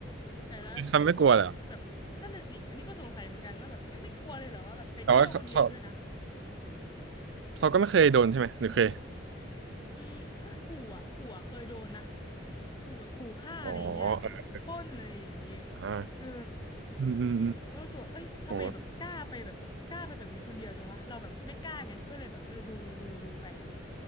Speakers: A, on the left; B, on the right.
A: แต่ละแบบอีพีที่แบบ
B: คือเขาไม่กลัวเหรอ
A: นั่นน่ะสิอันนี้ก็สงสัยเหมือนกันว่าแบบเว้ยไม่กลัวเลยเหรอว่าแบบไปเที่ยวคนเดียวด้วยนะ
B: แต่ว่าเขาเขาเขาก็ไม่เคยโดนใช่ไหมหรือเคย
A: อืมก็ขู่อ่ะขู่อ่ะเคยโดนนะขู่แบบขู่ฆ่าอะไรอย่างเงี้ยแบบปล้นอะไรอย่างเงี้ย
B: อ๋ออ่า
A: เออ
B: อืมอืมอืม
A: แล้วรู้สึกว่าเอ้ยทำไมแบบกล้าไปแบบกล้าไปแบบนี้คนเดียวจังวะเราแบบไม่กล้าไงก็เลยแบบเออดูดูดูไป
B: โห